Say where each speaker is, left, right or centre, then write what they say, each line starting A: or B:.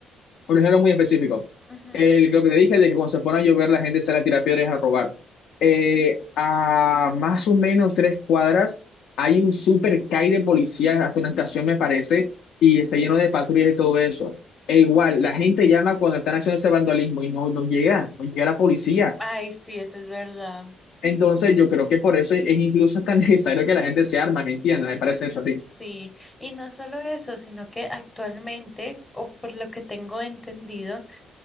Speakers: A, on the left; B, on the left.
A: un ejemplo muy específico.
B: ujú.
A: El, lo que te dije de que cuando se pone a llover la gente sale a tirar piedras a robar. Eh, a más o menos tres cuadras hay un super CAI de policía, hasta una estación me parece, y está lleno de patrullas y todo eso. E igual, la gente llama cuando están haciendo ese vandalismo y no, no llega, no llega la policía.
B: Ay, sí, eso es verdad.
A: Entonces, yo creo que por eso es incluso tan <laughs> necesario que la gente se arma, ¿me entiendes? Me parece eso a ti.
B: Sí, y no solo eso, sino que actualmente, o por lo que tengo entendido,